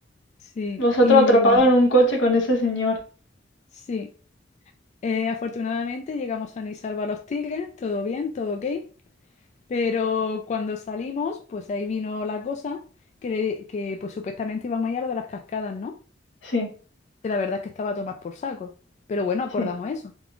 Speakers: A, on the left; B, on the left.
A: Sí.
B: Vosotros
A: Y
B: atrapados en un coche con ese señor.
A: sí. Eh, afortunadamente llegamos a y salvo a los tigres, todo bien, todo ok. Pero cuando salimos, pues ahí vino la cosa que, le- que pues supuestamente íbamos a ir a lo de las cascadas, ¿no?
B: Sí,
A: Que la verdad es que estaba a tomar por saco. Pero bueno, acordamos
B: sí.
A: eso.